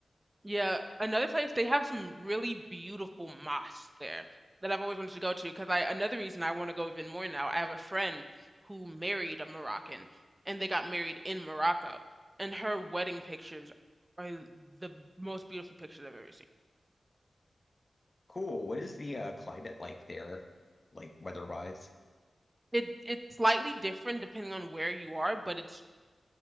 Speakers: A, on the right; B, on the left.
A: Yeah, another place they have some really beautiful mosques there that I've always wanted to go to because I another reason I want to go even more now. I have a friend who married a Moroccan and they got married in Morocco and her wedding pictures are the most beautiful pictures I've ever seen.
B: Cool. What is the uh, climate like there, like weather-wise?
A: It it's slightly different depending on where you are, but it's